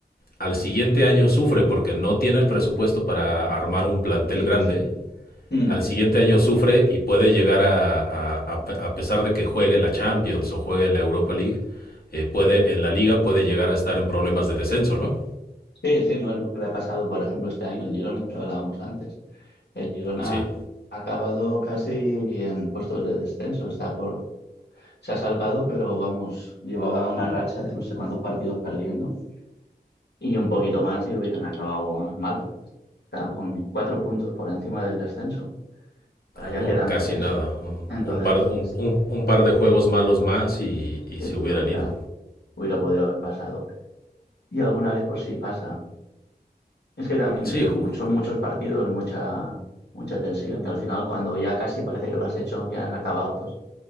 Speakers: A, on the left (about 65°); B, on the left (about 80°).
A: al siguiente año sufre porque no tiene el presupuesto para armar un plantel
B: Sí,
A: grande
B: sí. Mm.
A: al siguiente año sufre y puede llegar a, a, a- a pesar de que juegue la Champions o juegue la Europa League, eh, puede, en la liga puede llegar a estar en problemas de descenso, ¿no?
B: Sí, sí, no es lo que le ha pasado, por ejemplo, este año el Girona, que hablábamos antes. El Girona
A: Sí,
B: ha acabado casi en puestos de descenso, está por, se ha salvado, pero vamos, llevaba una racha de no sé cuántos partidos perdiendo y un poquito más y hubieran acabado mal. está con cuatro puntos por encima del descenso. Ahora ya
A: no,
B: quedan
A: casi
B: tres,
A: nada. Un,
B: entonces
A: un par, un, un- un par de juegos malos más y, y
B: sí,
A: se
B: sí
A: hubieran
B: lo hubiera,
A: ido.
B: hubiera podido haber pasado. Y alguna vez, pues sí pasa. Es que también
A: Sí,
B: es, es
A: ju-
B: mucho- son muchos partidos, mucha, mucha tensión, y al final, cuando ya casi parece que lo has hecho, ya has acabado, pues